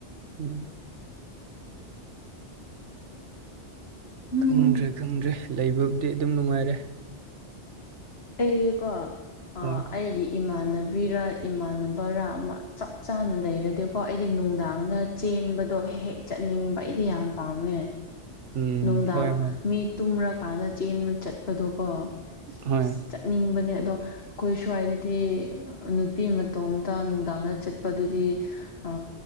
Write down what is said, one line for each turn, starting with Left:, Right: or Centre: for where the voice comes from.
Right: ꯎꯝ
Left: ꯎꯝ
Right: ꯈꯪꯗ꯭ꯔꯦ ꯈꯪꯗ꯭ꯔꯦ ꯂꯩꯕꯝꯗꯤ ꯑꯗꯨꯝ ꯅꯨꯡꯉꯥꯏꯔꯦ
Left: ꯑꯩꯗꯤꯀꯣ ꯑ
Right: ꯍꯣꯏ
Left: ꯑꯩꯒꯤ ꯏꯃꯥꯟꯅꯕꯤꯔ ꯏꯃꯥꯟꯅꯕꯔꯥ ꯑꯃ ꯆꯞ ꯆꯥꯅ ꯂꯩꯔꯗꯤꯀꯣ ꯑꯩꯗꯤ ꯅꯨꯡꯗꯥꯡꯗ ꯆꯦꯟꯕꯗꯣ ꯍꯦꯛ ꯍꯦꯛ ꯆꯠꯅꯤꯡꯕ ꯑꯩꯗꯤ ꯌꯥꯝ ꯄꯥꯝꯃꯦ꯫
Right: ꯎꯝ
Left: ꯅꯨꯡꯗꯥꯡ
Right: ꯍꯣꯏ ꯍꯣꯏ
Left: ꯃꯤ ꯇꯨꯝꯔꯀꯥꯟꯗ ꯆꯦꯟꯕ ꯆꯠꯄꯗꯣꯀꯣ
Right: ꯍꯣꯏ
Left: ꯑꯁ ꯆꯠꯅꯤꯡꯕꯅꯦ ꯑꯗꯣ ꯑꯩꯈꯣꯏ ꯁ꯭ꯋꯥꯏꯗꯗꯤ ꯅꯨꯄꯤ ꯃꯇꯣꯝꯇ ꯅꯨꯡꯗꯥꯡꯗ ꯆꯠꯄꯗꯨꯗꯤ ꯑ